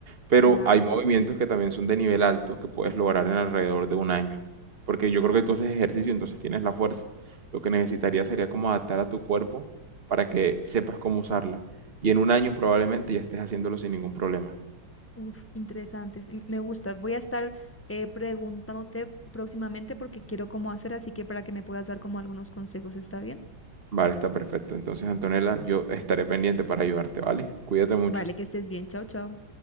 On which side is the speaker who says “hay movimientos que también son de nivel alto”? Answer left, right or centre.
Right